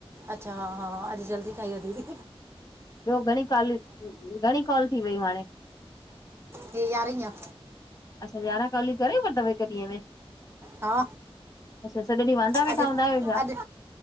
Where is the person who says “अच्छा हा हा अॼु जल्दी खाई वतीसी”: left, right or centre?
Right